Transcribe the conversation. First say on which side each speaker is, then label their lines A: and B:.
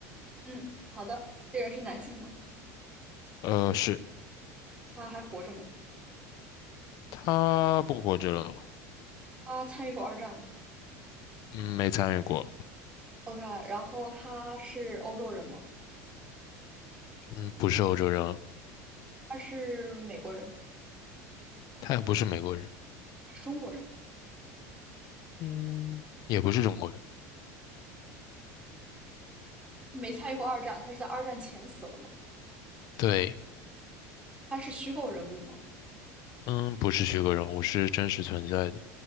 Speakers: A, on the right (about 15°); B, on the left (about 55°).
A: 嗯，好的。这个人是男性吗？
B: 呃，是
A: 他还活着吗？
B: 他不活着了，
A: 他参与过二战吗
B: 嗯，没参与过，
A: ？OK，然后他是欧洲人吗？
B: 嗯，不是欧洲人，
A: 他是美国人？
B: 他也不是美国人，
A: 他是中国人？
B: 嗯，也不是中国人，
A: 没参与过二战，他是在二战前死了吗？
B: 对。
A: 他是虚构人物吗？
B: 嗯，不是虚构人物，是真实存在的，